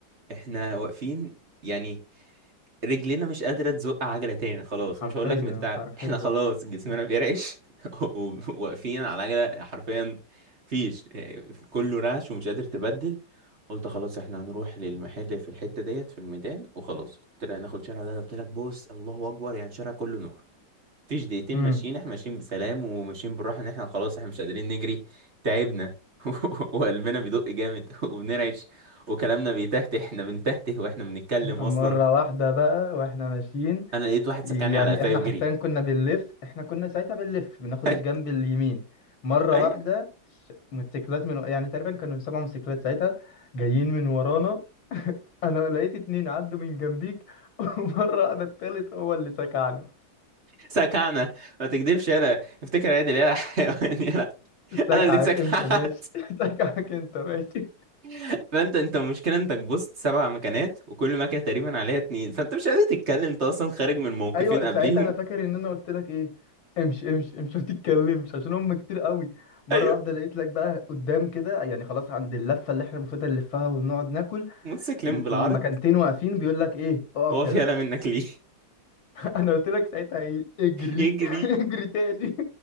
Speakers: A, on the right; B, on the left.
A: احنا واقفين يعني رجلنا مش قادره تزق عجله تاني خلاص
B: حرفيا
A: مش هقول لك من تعب
B: حرفيا
A: <laughs> احنا خلاص جسمنا بيرعش <laughs> وواقفين على عجله حرفيا فيش كله رعش ومش قادر تبدل قلت خلاص احنا هنروح للمحل في الحته ديت في الميدان وخلاص قلت لها ناخد شارع ده قلت لك بص الله اكبر يعني شارع كله نور مفيش دقيقتين
B: امم
A: ماشيين احنا ماشيين بسلام وماشيين بالراحة ان احنا خلاص احنا مش قادرين نجري تعبنا <laughs> وقلبنا بيدق جامد <laughs> وبنرعش وكلامنا بيتهته احنا بنتهته واحنا بنتكلم
B: مرة
A: اصلا
B: واحدة بقى واحنا ماشيين
A: انا لقيت واحد
B: يعني
A: سكعني على قفاي
B: احنا
A: وجري
B: حرفيا كنا بنلف احنا كنا ساعتها بنلف بناخد
A: <laughs>
B: الجنب اليمين مرة
A: ايوه
B: واحدة ش- موتوسيكلات من يعني تقريبا كانوا سبع موتوسيكلات ساعتها جايين من ورانا انا لقيت اتنين عدوا من جنبيك <laughs> ومرة انا التالت هو اللي سكعنا
A: سكعنا ما تكدبش يلا افتكر عادل يا حيوان <laughs> يلا
B: سكعك
A: انا اللي اتسكعت
B: انت ماشي <laughs> سكعك انت ماشي
A: <laughs> فانت انت المشكله انك بصت سبع مكانات وكل مكنه تقريبا عليها اتنين فانت مش قادر تتكلم انت اصلا خارج من موقفين
B: ايوه
A: قبليهم
B: ساعتها انا فاكر ان انا قلت لك ايه امشي امشي امشي ما تتكلمش عشان هم كتير قوي مرة
A: ايوه
B: واحدة لقيت لك بقى قدام كده يعني خلاص عند اللفة اللي احنا المفروض نلفها ونقعد ناكل
A: موتوسيكلين بالعرض
B: مكانتين واقفين بيقول لك ايه اقف
A: هو في
B: يلا
A: يلا منك ليه
B: <laughs> انا قلت لك ساعتها ايه اجري
A: يجري
B: <laughs> اجري تاني